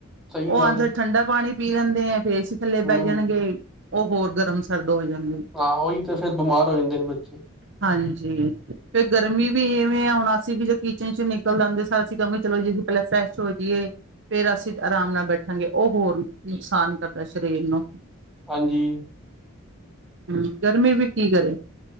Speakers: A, in the centre; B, on the right (about 60°).
A: ਸਹੀ
B: ਉਹ
A: ਗੱਲ
B: ਆ
A: ਹੈ
B: ਠੰਡਾ ਪਾਣੀ ਪੀ ਲੈਂਦੇ ਆ। ਫੇਰ ਏਸੀ ਥੱਲੇ
A: ਹੂੰ
B: ਬਹਿ ਜਾਣਗੇ। ਉਹ ਹੋਰ ਗਰਮ ਸਰਦ ਹੋ ਜਾਂਦੇ
A: ਹਾਂ ਉਹੀ ਤਾਂ ਫੇਰ ਬਿਮਾਰ ਹੋ ਜਾਂਦੇ ਨੇ ਬੱਚੇ।
B: ਹਾਂਜੀ, ਫਿਰ ਗਰਮੀ ਵੀ ਇਵੇਂ ਆਉਣਾ ਸੀ ਵੀ ਜ ਕਿਚਨ ਚ ਨਿਕਲ ਜਾਂਦੇ ਸੀ। ਅਸੀਂ ਕਮ ਹੀ ਚਲੋ ਅਸੀਂ ਪਹਿਲਾਂ ਫਰੈਸ਼ ਹੋ ਜਾਈਏ ਫੇਰ ਅਸੀਂ ਆਰਾਮ ਨਾਲ ਬੈਠਾਂਗੇ ਉਹ ਹੋਰ ਨੁਕਸਾਨ ਕਰਦਾ ਸਰੀਰ ਨੂੰ
A: ਹਾਂਜੀ।
B: ਹੂੰ, ਗਰਮੀ ਵੀ ਕੀ ਕਰੇ